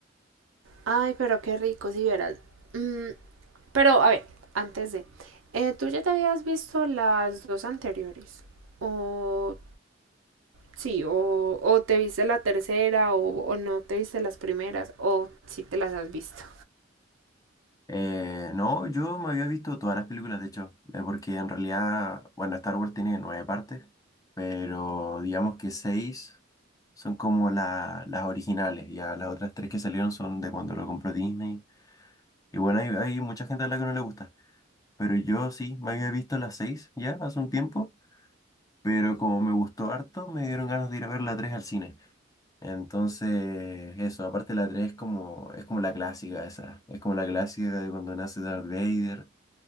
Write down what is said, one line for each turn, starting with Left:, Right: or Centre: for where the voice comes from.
Right: Ay, pero qué rico, si vieras. Mm, pero, a ver, antes de... eh, ¿tú ya te habías visto las dos anteriores? O... Sí, o, o te viste la tercera, o, o no te viste las primeras, o si te las has visto.
Left: Eh, no, yo me había visto todas las películas, de hecho, eh, porque en realidad, bueno, Star Wars tiene nueve partes, pero digamos que seis son como la- las originales, ya las otras tres que salieron son de cuando lo compró Disney. Y bueno, hay, hay mucha gente a la que no le gusta, pero yo sí, me había visto las seis ya hace un tiempo. Pero como me gustó harto, me dieron ganas de ir a ver la 3 al cine. Entonces, eso, aparte la 3 es como, es como la clásica esa, es como la clásica de cuando nace Darth Vader